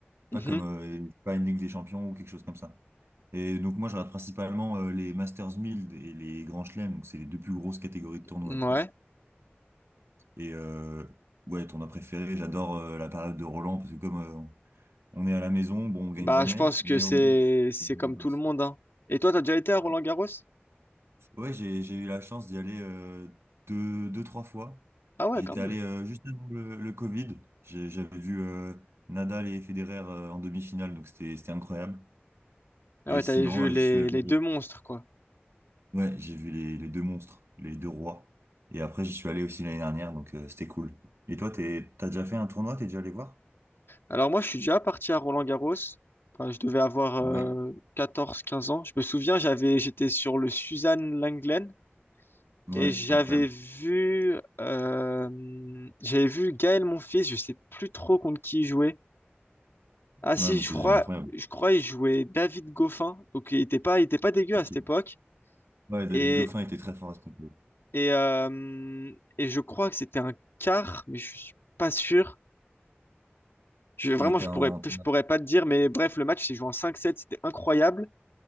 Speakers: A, on the left; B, on the right.
A: Mhm.
B: Pas comme euh, pas une Ligue des Champions ou quelque chose comme ça. Et donc moi je regarde principalement euh, les Masters 1000 et les Grands Chelems, donc c'est les deux plus grosses catégories de tournois
A: Ouais.
B: quoi. Et euh, ouais, ton as préféré, j'adore euh, la période de Roland parce que comme euh, on est à la maison, bon, on gagne
A: Bah,
B: jamais,
A: je pense
B: mais
A: que c'est,
B: au moins,
A: c'est
B: il y a
A: comme
B: une ambiance.
A: tout le monde, hein. Et toi, t'as déjà été à Roland
B: Ouais,
A: Garros?
B: Ouais, j'ai, j'ai eu la chance d'y aller euh, deux, deux, trois fois.
A: Ah ouais,
B: J'étais
A: quand même.
B: allé euh, juste avant le, le Covid. J'ai- J'avais vu euh, Nadal et Federer euh, en demi-finale, donc c'était, c'était incroyable.
A: Ah
B: Et
A: ouais, t'avais
B: sinon,
A: vu
B: euh,
A: les,
B: j'y suis allé.
A: les deux monstres, quoi.
B: euh, Ouais, j'ai vu les, les deux monstres, les deux rois. Et après, j'y suis allé aussi l'année dernière, donc euh, c'était cool. Et toi, t'es, t'as déjà fait un tournoi, t'es déjà allé voir?
A: Alors moi, je suis déjà parti à Roland-Garros. Enfin, je devais avoir
B: Ouais.
A: euh, 14-15 ans. Je me souviens, j'avais, j'étais sur le Suzanne Lenglen
B: Ouais,
A: et j'avais
B: incroyable.
A: vu, euh, j'avais vu Gaël Monfils. Je sais plus trop contre qui il jouait. Ah si,
B: Ouais, mais
A: je
B: c'est
A: crois,
B: déjà incroyable.
A: je crois il jouait David Goffin. Donc il était pas, il était pas dégueu
B: Ok.
A: à cette époque.
B: Ouais, David
A: Et
B: Goffin était très fort à ce niveau.
A: et euh, et je crois que c'était un quart, mais je suis pas sûr. Je, vraiment,
B: Et il était
A: je
B: en...
A: pourrais, je pourrais pas te dire. Mais bref, le match s'est joué en cinq 7 C'était incroyable.